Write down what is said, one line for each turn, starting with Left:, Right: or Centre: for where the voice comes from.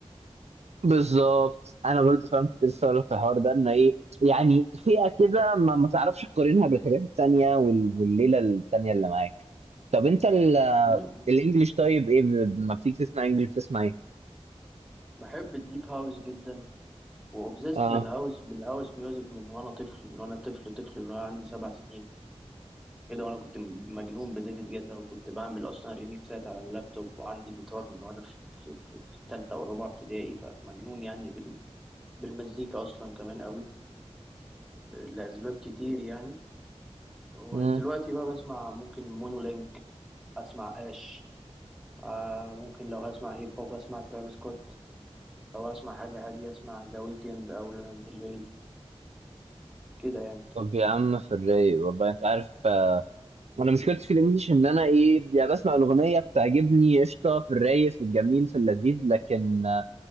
Right: بالظبط انا برضو فاهم كنت لسه هقول لك في الحوار ده ان ايه يعني فئه كده ما, ما تعرفش تقارنها بالحاجات التانيه وال... والليله التانيه اللي معاك طب انت ال...
Centre: امم
Right: الانجليش طيب ايه ب- ما بتيجي تسمع انجليش بتسمع ايه
Centre: بحب الديب هاوس جدا وأوبزيست
Right: اه
Centre: بالهاوس بالهاوس ميوزك من وانا طفل من وانا طفل طفل من وانا عندي سبع سنين كده وانا كنت مجنون بديفيد جيتا وكنت بعمل اصلا ريميكسات على اللابتوب وعندي جيتار من وانا في في في في تالتة او رابعة ابتدائي فمجنون يعني بال بالمزيكا اصلا كمان قوي لاسباب كتير يعني ودلوقتي
Right: مم.
Centre: بقى بسمع ممكن مونولينك اسمع اش آه ممكن لو هسمع هيب هوب اسمع ترافيس سكوت لو اسمع حاجة هادية اسمع ذا ويكند او لانا ديل ري كده يعني
Right: طب يا عم في الرايق والله انت عارف آه، انا مشكلتي في الانجليش ان انا ايه يعني بسمع الاغنيه بتعجبني قشطه في الرايق في الجميل في اللذيذ لكن آه،